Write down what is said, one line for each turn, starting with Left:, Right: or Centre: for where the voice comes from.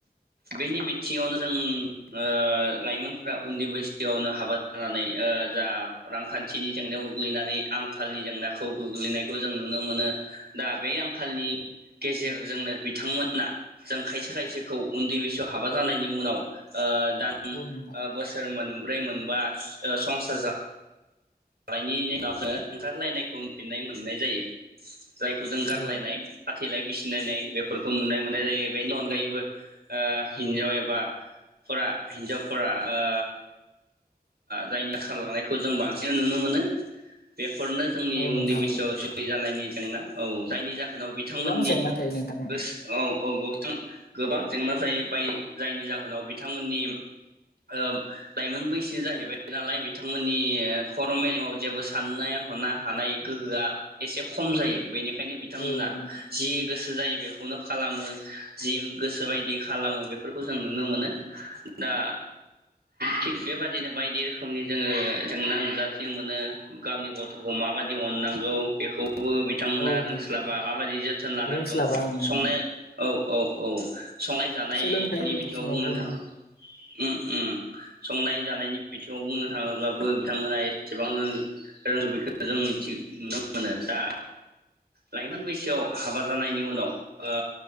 Right: बेनि बिथिङावनो जों ओ लाइमोनफ्रा उन्दै बैसोआवनो हाबा जानानै जा रांखान्थिनि जेंनायाव गोग्लैनानै आंखालनि जेंनाखौ गोग्लैनायखौ जों नुनो मोनो दा बे आंखालनि गेजेरजोंनो बिथांमोना जों खायसे खायसेखौ उन्दै बैसोआव हाबा जानायनि उनाव ओ दान
Left: औ नोंथां
Right: ओ बोसोरमोन ब्रै मोनबा ओ संसार जा दानायनि उनाव जोङो ओंखारलायनायखौ उनफिन्नाय मोननाय जायो। जायखौ जों गारलायनाय
Left: औ
Right: फाथैलाय बिसि सिनायनाय बेफोरखौ नुनाय मोननाय जायो बेनि अनगायैबो ओ हिन्जाव एबा फरा हिन्जावफरा ओ जायनि खारलांनायखौ जों बांसिन नुनो मोनो। बे फोरनो जोंनि
Left: औ
Right: उन्दै
Left: नोंथां
Right: बैसोआव
Left: औ
Right: जुलि जानायनि जेंना औ जायनि जाहोन उनाव बिथांमोननि
Left: गोबां जेंना थायो नोंथां
Right: गोसोआव औ नोंथां गोबां जेंना जायो बाय जायनि जाहोनाव बि बिथांमोननि ओ लाइमोन बैसो जाहैबाय नालाय बिथांमोननि खर' मेलेमाव जेबो साननाय हनो हानाय गोहोआ एसे खम जायो। बेनिखायनो बिथांमोना
Left: औ नोंथां
Right: जि गोसो गोसो जायो बेखौनो खालामो जि गोसो बायदि खालामो बेफोरखौ जों नुनो मोनो दा थिग बेबायदि नो बायदि रोखोमनि जोङो जेंना नुजाथि मोनो गावनि गथ'खौ माबायदि अननांगौ बेखौ बो बिथांमोना
Left: औ
Right: रोंस्लाबा
Left: नोंथां औ
Right: माबायदि जोथोन लानांगौ
Left: रोंस्लाबा आं नोंथां
Right: संनाय औ औ औ। संनाय जानायनि
Left: सोलोंथाइ
Right: बिथिङाव
Left: बिथिङावबो
Right: बुंनो थाङो। उ उ संनाय जानायनि बिथिङाव बुंनो थाङोब्लाबो बिथांमोना एसेबां रोंजोबैखौ जों मिथिनो मोनो दा। लाइमोन बैसोआव हाबा जानायनि उनाव ओ